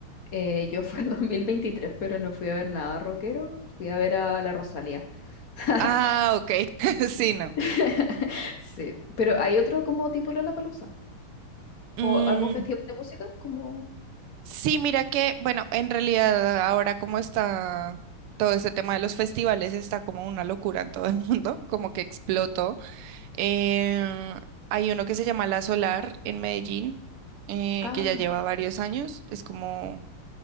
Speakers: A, on the left; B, on the right.
A: Eh, yo fui en <laughs> 2023, pero no fui a ver nada rockero, fui a ver a la Rosalía. <laughs>
B: Ah, ok. <laughs> Sí, no.
A: <laughs> Sí, pero ¿hay otro como tipo Lollapalooza?
B: Mm,
A: ¿O algún festival de música? Como,
B: sí, mira que, bueno, en realidad ahora como está todo este tema de los festivales, está como una locura en todo el mundo, <laughs> como que explotó. Eh, hay uno que se llama La Solar en Medellín, eh,
A: ah,
B: que ya lleva varios años. Es como,